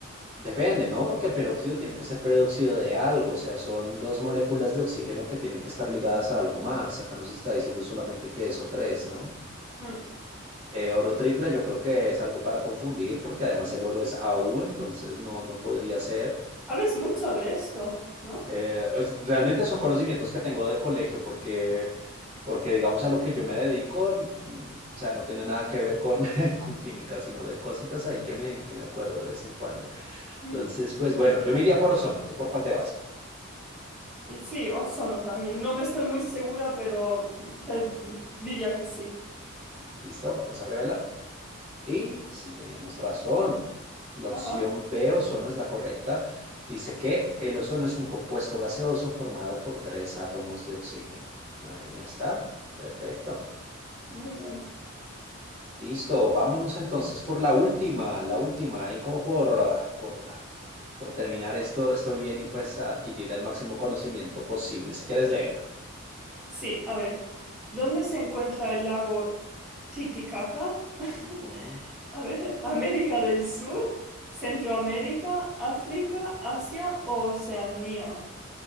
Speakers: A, on the right; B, in the centre.
A: depende, ¿no? Porque el peróxido tiene que ser peróxido de algo, o sea, son dos moléculas de oxígeno que tienen que estar ligadas a algo más. Acá nos está diciendo solamente que es o tres ¿no?
B: Mm.
A: Eh, oro triple yo creo que es algo para confundir, porque además el oro es AU, entonces no, no podría ser.
B: Sabes mucho de esto, ¿no?
A: Eh, realmente son conocimientos que tengo del colegio, porque, porque digamos a lo que yo me dedico, mm, o sea, no tiene nada que ver con, <laughs> con química, sino de cositas ahí que me, que me acuerdo de vez en cuando.
B: Mm.
A: Entonces, pues bueno, yo me iría por ozono. ¿Tú por cuál te vas?
B: Y sí, ozono también. No me estoy muy segura, pero mm, te diría que sí.
A: ¿Listo? Vamos a revelar. Y sí, teníamos razón. La opción
B: Ajá,
A: B, ozono, es la correcta. Dice que el ozono es un compuesto gaseoso formado por tres átomos de oxígeno. Ahí está. Perfecto.
B: muy bien.
A: Listo, vámonos entonces por la última, la última, ahí como por, ah, por, por terminar esto, esto bien y pues adquirir el máximo conocimiento posible. Si quieres, léela.
B: Sí, a ver, ¿dónde se encuentra el lago Titicaca? <laughs>
A: Ujú.
B: A ver, América del Sur, Centroamérica, África, Asia o Oceanía.